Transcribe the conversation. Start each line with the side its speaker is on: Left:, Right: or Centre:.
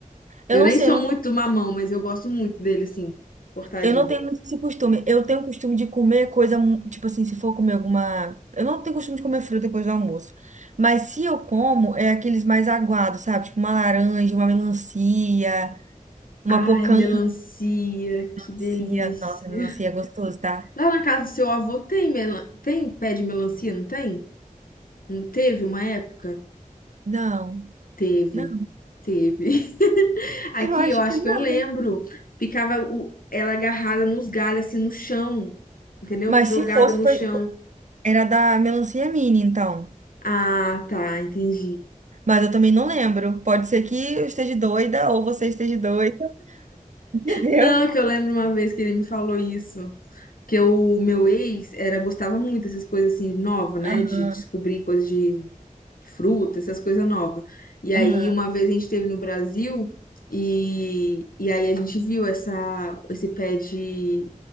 Right: Eu
Left: Eu
Right: não
Left: nem
Right: sei,
Left: sou
Right: eu não
Left: muito
Right: tenho,
Left: do mamão, mas eu gosto muito dele, assim, cortadinho.
Right: eu não tenho muito esse costume. Eu tenho o costume de comer coisa, mu- tipo assim, se for comer alguma. Eu não tenho costume de comer fruta depois do almoço. Mas se eu como, é aqueles mais aguados, sabe? Tipo uma laranja, uma melancia, uma
Left: Ai,
Right: pocã.
Left: melancia, que
Right: Melancia,
Left: delícia.
Right: nossa, melancia é gostoso, tá?
Left: Lá na casa do seu avô tem, mela... tem pé de melancia, não tem? Não teve uma época?
Right: Não,
Left: Teve,
Right: não,
Left: teve. <laughs> Aqui
Right: eu acho
Left: eu acho
Right: que não.
Left: que eu lembro, ficava o- ela agarrada nos galhos, assim, no chão, entendeu?
Right: Mas
Left: Jogada
Right: se fosse,
Left: no
Right: foi,
Left: chão.
Right: era da melancia mini, então.
Left: Ah, tá, entendi.
Right: Mas eu também não lembro. Pode ser que eu esteja doida ou você esteja doida, <laughs> entendeu?
Left: Não, que eu lembro uma vez que ele me falou isso. Que o meu ex era, gostava muito dessas coisas assim, nova, né?
Right: Aham,
Left: De descobrir coisas de fruta, essas coisas novas. E aí,
Right: aham,
Left: uma vez a gente esteve no Brasil e, e aí a gente viu essa, esse pé de,